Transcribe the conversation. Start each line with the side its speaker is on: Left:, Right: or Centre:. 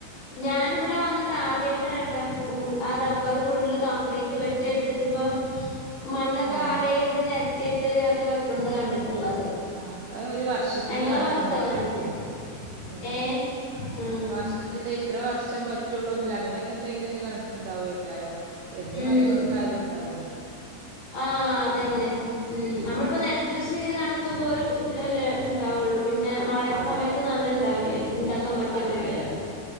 Left: ഞാനിവിടെ വന്നിട്ട് ആദ്യായിട്ടാണ് ഇട്ട മ് റബ്ബർ ഫുള്ള് കംപ്ലീറ്റ് വെട്ടിയ എടു ന്നെറ്റ് ഇപ്പോ മണ്ണൊക്കെ
Right: ഏഹ്
Left: ആടേതിൽ നിരത്തിട്ട് ഒക്കെ വെക്കുന്നത് കണ്ടിട്ടുള്ളത്
Right: ആഹ് അത് ഒരു വർഷത്തിന്റെ
Left: ഞങ്ങളെ
Right: കണക്കുണ്ടയിരിക്കും
Left: ഭാഗത്ത് അങ്ങനൊന്നുല്ല
Right: ഏഹ്
Left: ഏ ഉം
Right: വർഷത്തിൽ ഇത്ര വർഷം പറ്റുള്ളൂന്നില്ല അങ്ങനെയൊക്കെ എന്തെങ്കിലുമൊക്കെ കണക്കുണ്ടാവോക്കാരം എന്ത്
Left: ഉം.
Right: മരങ്ങൾക്ക് ആയാലും ഉണ്ടാവല്ലോ
Left: ആഹ് അതന്നെ ഉം നമ്മളിപ്പോ നെൽകൃഷി നടത്തുമ്പോ ഒരു ഇതിലല്ലേ ഉണ്ടാവുള്ളൂ പിന്നെ മഴ
Right: അതെ
Left: സമയത്ത് നെല്ല് ല്ല ഇണ്ടാവില്ലല്ലോ ഇണ്ടാക്കാൻ പറ്റുവൊന്നുംല്ലല്ലോ
Right: അതെ അതെ